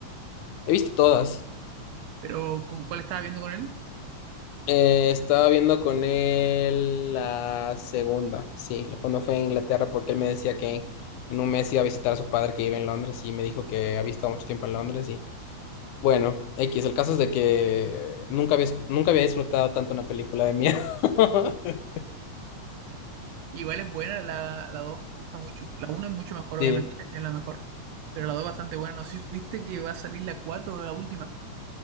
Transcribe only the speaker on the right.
Pero ¿con cuál estaba viendo con él?
Igual es buena la, la 2 me gusta mucho. La 1 es mucho mejor,
obviamente, es la mejor. Pero la 2 es bastante buena. No sé si supiste que va a salir la 4 o la última.